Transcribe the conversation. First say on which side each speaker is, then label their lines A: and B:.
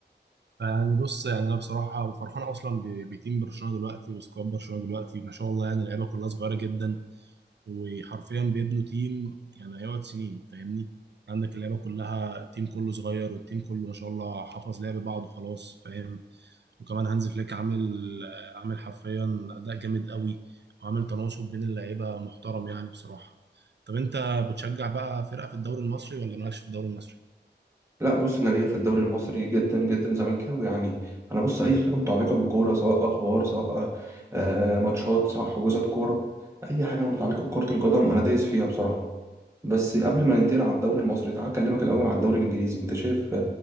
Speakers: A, on the right; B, on the right.
A: يعني بص يعني انا بصراحه فرحان اصلا ب- بتيم برشلونه دلوقتي وسكواد برشلونه دلوقتي ما شاء الله يعني اللعيبه كلها صغيره جدا وحرفيا بيبنوا تيم يعني هيقعد سنين فاهمني عندك اللعبة كلها التيم كله صغير والتيم كله ما شاء الله حفظ لعب بعض وخلاص فاهم وكمان هانز فليك عامل آه، عامل حرفيا أداء جامد قوي وعامل تناسق بين اللعيبة محترم يعني بصراحة طب انت بتشجع بقى فرقة في الدوري المصري ولا مالكش في الدوري المصري؟
B: لا بص انا ليا في الدوري المصري جدا جدا زملكاوي يعني انا بص اي حاجه متعلقه بالكوره سواء اخبار سواء آه ماتشات سواء حجوزات كوره اي حاجه متعلقه بكره القدم انا دايس فيها بصراحه بس قبل ما ننتقل على الدوري المصري تعال اكلمك الاول على الدوري الانجليزي انت شايف